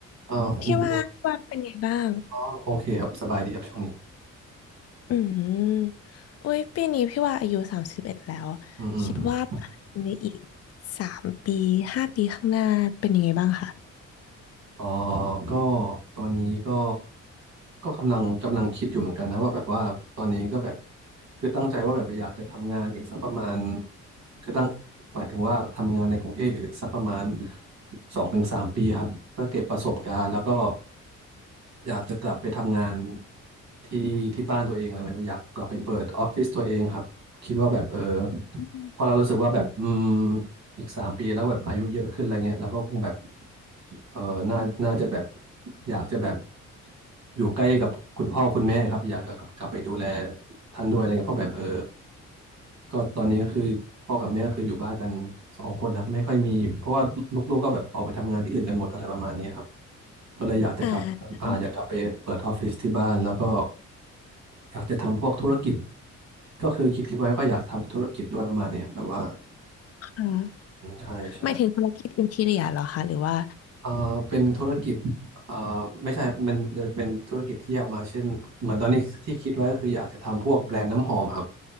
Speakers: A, on the right; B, on the left.
A: เอ่อคุณบิว
B: พี่ว่าพี่ว่าเป็นไงบ้าง
A: อ๋อโอเคครับสบายดีครับช่วงนี้
B: อืมโอ้ยปีนี้พี่ว่าอายุสามสิบเอ็ดแล้ว
A: อืมอืม
B: คิดว่าในอีกสามปีห้าปีข้างหน้าเป็นยังไงบ้างคะ
A: อ๋อก็ตอนนี้ก็ก็กำลังกำลังคิดอยู่เหมือนกันนะว่าแบบว่าตอนนี้ก็แบบคือตั้งใจว่าแบบอยากจะทำงานอีกสักประมาณคือตั้งหมายถึงว่าทำงานในกรุงเทพอีกสักประมาณสองถึงสามปีครับเพื่อเก็บประสบการณ์แล้วก็อยากจะกลับไปทำงานที่ที่บ้านตัวเองอะไรแบบนี้อยากกลับไปเปิดออฟฟิศตัวเองครับคิดว่าแบบเออ
B: อืม
A: พอเรารู้สึกว่าแบบอืม อีกสามปีแล้วแบบอายุเยอะขึ้นอะไรเงี้ยแล้วก็คงแบบเออน่าน่าจะแบบอยากจะแบบอยู่ใกล้กับคุณพ่อคุณแม่ครับอยากจะกลับกลับไปดูแลท่านด้วยอะไรเงี้ยเพราะแบบเออก็ตอนนี้ก็คือพ่อกับแม่คืออยู่บ้านกันสองคนครับไม่ค่อยมีเพราะว่าลูกๆก็แบบออกไปทำงานที่อื่นกันหมดอะไรประมาณนี้ครับก็เลยอยากจะกลับอ่าอยากกลับไปเปิดออฟฟิศที่บ้านแล้วก็
B: อ่า
A: อยากจะทำพวกธุรกิจก็คือคิดคิดไว้ก็อยากทำธุรกิจด้วยประมาณนี้ครับแบบว่า
B: ค่ะ
A: อืมใช่ใช่
B: หมายถึงธุรกิจอินทีเรียเหรอคะหรือว่า
A: เอ่อเป็นธุรกิจเอ่อไม่ใช่มันเป็นธุรกิจที่แยกออกมาเช่น เหมือนตอนนี้ที่คิดไว้ก็คืออยากจะทำพวกแบรนด์น้ำหอมครับ